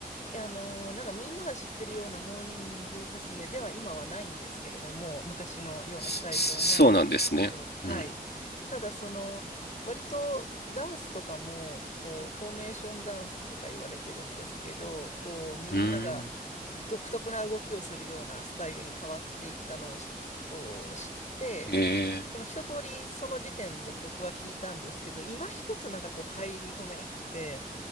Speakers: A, on the left; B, on the left.
A: あのーなんかみんなが知ってるようなモーニング娘。では今はないんですけれども、昔のようなスタイルではないんですけど、
B: そ、そうなんですね。
A: はい。
B: うん。
A: ただその、割とダンスとかも、こう、フォーメーションダンスとか言われてるんですけど、こう、みんなが
B: うん。
A: 独特な動きをするようなスタイルに変わっていったのをしを知って、
B: へえ。
A: でも一通りその時点で曲は聴いたんですけど、今一つなんかこう入り込めなくて、